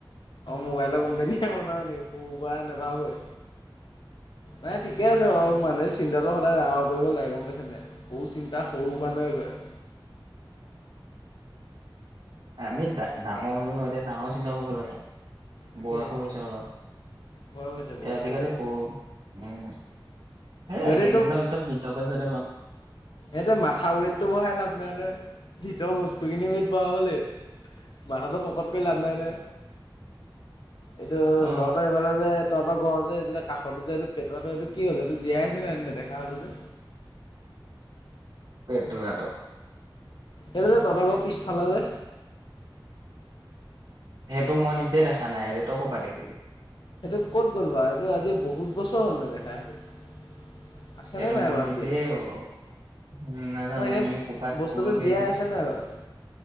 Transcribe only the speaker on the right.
আমি ডাঙৰ হলো ন এতিয়া ডাঙৰ চিন্তা কৰিব লাগে
বয়সো হৈছে অলপ।
এ আজিকালি
সৰু উম সেই
কেইদিনমানৰ পিছত বৃদ্ধ পেঞ্চনে পাম।
অ
<inaudible> পেটোৱাতো
সেইটো মই নিজে দেখা নাই এতিয়া তই ক'ৰ পৰা দেখিবি।
সেইটো
মই
নিজেই
উম নাজানো
ই ক'ৰবাত
গ'লগে
নি